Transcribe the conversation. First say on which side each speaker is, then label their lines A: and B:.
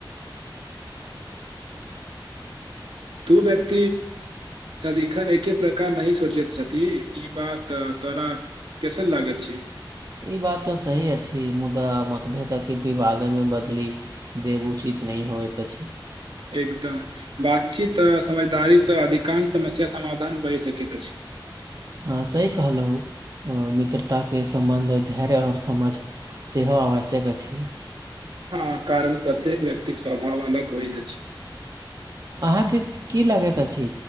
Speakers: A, on the right; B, on the right.
A: तू व्यक्त सदिखन एके प्रकार नहिह सोचैत छथि ई बात तोरा केैसन लागा छै
B: ई बात ते सही अछि मुदा मतभेदक के विवादे मे बदली देब उचित न होइत छी
A: एकदम बातचीत आ समझदारीसँ अधिकांश समस्या समाधान भए सकैत अछि
B: हँ सही कहलहु मित्रताके सम्बन्ध धैर्य आओर समझ सेहो आवश्यक अछि
A: हँ कारण प्रत्येक व्यक्तिक स्वभाव अलग होइत अछि
B: अहाँके की लागैत अछि